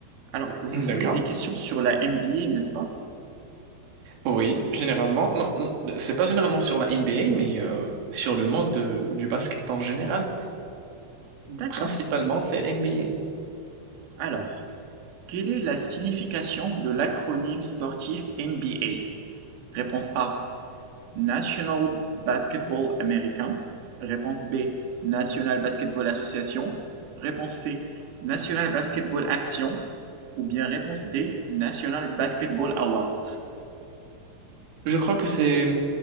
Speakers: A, on the right; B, on the right.
A: Alors, vous
B: D'accord.
A: voulez des questions sur la NBA, n'est-ce pas?
B: Oui, généralement. Non, n- c'est pas généralement sur la NBA, mais euh, sur le monde de- du basket en général.
A: D'accord.
B: Principalement, c'est NBA.
A: Alors, quelle est la signification de l'acronyme sportif NBA? Réponse A, National Basketball Américain. Réponse B, National Basketball Association. Réponse C, National Basketball Action. Ou bien réponse D, National Basketball Award.
B: Je crois que c'est